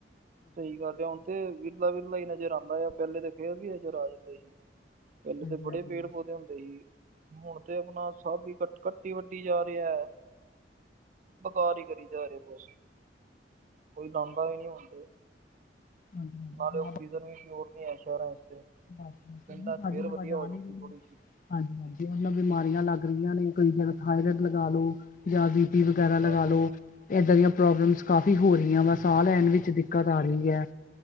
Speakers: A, on the right; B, on the left.
A: ਸਹੀ ਗੱਲ ਹੈ ਹੁਣ ਤੇ ਵਿਰਲਾ -ਵਿਰਲਾ ਹੀ ਨਜ਼ਰ ਆਉਂਦਾ ਆ ਪਹਿਲੇ ਤੇ ਫੇਰ ਵੀ ਨਜ਼ਰ ਆ ਜਾਂਦੇ ਸੀ। ਪਹਿਲੇ
B: ਹਾਂਜੀ
A: ਤੇ ਬੜੇ
B: ਹਾਂਜੀ
A: ਪੇੜ
B: ਹਾਂਜੀ
A: ਪੌਦੇ ਹੁੰਦੇ ਸੀ। ਹੁਣ ਤੇ ਆਪਣਾ ਸਭ ਹੀ ਕਟ ਕੱਟੀ ਵੱਢੀ ਜਾ ਰਿਹਾ ਹੈ। ਬਕਾਰ ਹੀ ਕਰੀ ਜਾ ਰਿਹੇ ਬਸ ਕੋਈ ਲਾਉਂਦਾ ਵੀ ਨਹੀਂ ਹੁਣ ਤੇ।
B: ਹਾਂਜੀ
A: ਨਾਲੇ ਆਕਸੀਜਨ ਵੀ ਪਿਓਰ ਨੀ ਹੈ ਸ਼ਹਿਰਾਂ ਚ।
B: ਬ
A: ਪਿੰਡਾਂ 'ਚ
B: ਬਾਾਜੀ
A: ਫੇਰ
B: ਨਵਾਜਣ
A: ਵਧੀਆ ਹੋ ਜਾਂਦੀ
B: ਗ
A: ਥੋੜੀ ਜੀ
B: <inaudible> ਹਾਂਜੀ -ਹਾਂਜੀ ਉਹ ਨਾਲ ਬਿਮਾਰੀਆਂ ਲੱਗ ਰਹੀਆਂ ਨੇ ਕਈ ਜਿਵੇਂ ਥਾਇਰੋਡ ਲਗਾ ਲਓ ਜਾਂ ਵੀ ਬੀਨੀ। ਵਗੈਰਾ
A: ਸਹੀ ਗੱਲ
B: ਲਗਾ
A: ਹੈ
B: ਲੋ। ਏਦਾਂ ਦੀਆਂ ਪ੍ਰੋਬਲਮਸ ਕਾਫੀ ਹੋ ਰਹੀਆਂ ਵਾ ਸਾਹ ਲੈਣ ਵਿੱਚ ਦਿੱਕਤ ਆ ਰਹੀ ਏ।